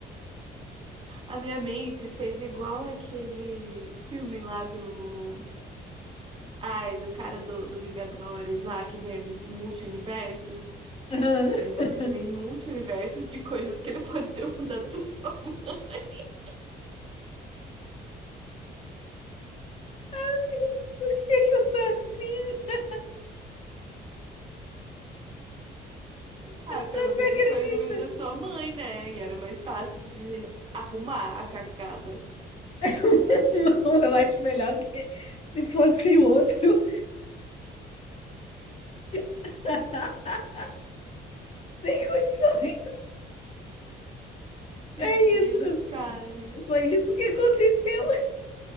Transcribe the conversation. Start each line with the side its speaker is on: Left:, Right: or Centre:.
Right: a minha mente fez igual aquele filme lá do. Ai, do cara do, do Vingadores lá que vê multi-universos.
Left: Aham.
Right: Eu imaginei
Left: <laughs>
Right: multi-universos de coisas que ele <laughs> pode ter mandado pra sua mãe.
Left: Ai, Por que que eu sou assim?
Right: Ah, pelo
Left: Você
Right: menos
Left: acredita?
Right: foi o número da sua mãe, né? E era mais fácil de arrumar a cagada.
Left: <laughs> Não, eu acho melhor que se fosse outro. <laughs> Sem condições. É
Right: Meu Deus,
Left: isso.
Right: cara.
Left: Foi isso que aconteceu.